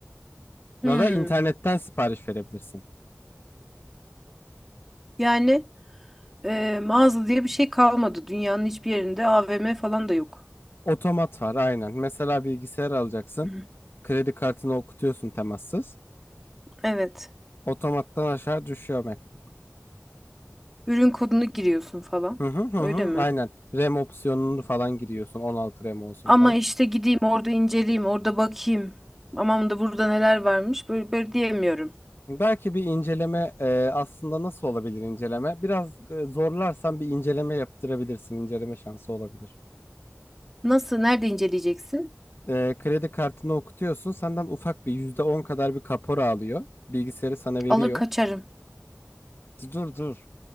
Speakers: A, in the centre; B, on the left.
A: Hı.
B: Ya da internetten sipariş verebilirsin.
A: Yani e, mağaza diye bir şey kalmadı. Dünyanın hiçbir yerinde AVM falan da yok.
B: Otomat var aynen. Mesela bilgisayar alacaksın.
A: <clears throat>
B: Kredi kartını okutuyorsun temassız.
A: Evet.
B: Otomattan aşağı düşüyor MacBook.
A: Ürün kodunu giriyorsun falan.
B: Hı hı hı hı.
A: Öyle mi?
B: Aynen. RAM opsiyonunu falan giriyorsun. 16 RAM olsun
A: Ama
B: falan.
A: işte gideyim orada inceleyeyim, orada bakayım. Aman da burada neler varmış. Böyle, böyle diyemiyorum.
B: Belki bir inceleme e, aslında nasıl olabilir inceleme? Biraz e, zorlarsan bir inceleme yaptırabilirsin. inceleme şansı olabilir.
A: Nasıl? Nerede inceleyeceksin?
B: E, kredi kartını okutuyorsun. Senden ufak bir %10 kadar bir kapora alıyor. Bilgisayarı sana veriyor.
A: Alır kaçarım.
B: Dur dur.